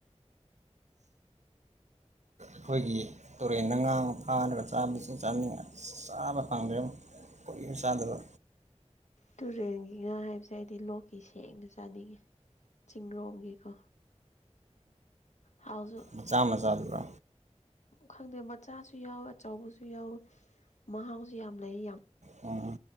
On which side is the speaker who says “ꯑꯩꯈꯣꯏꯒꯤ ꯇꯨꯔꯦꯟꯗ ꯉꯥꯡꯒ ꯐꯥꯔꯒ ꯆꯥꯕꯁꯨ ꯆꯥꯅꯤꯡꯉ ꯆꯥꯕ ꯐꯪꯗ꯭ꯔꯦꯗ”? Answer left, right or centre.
Right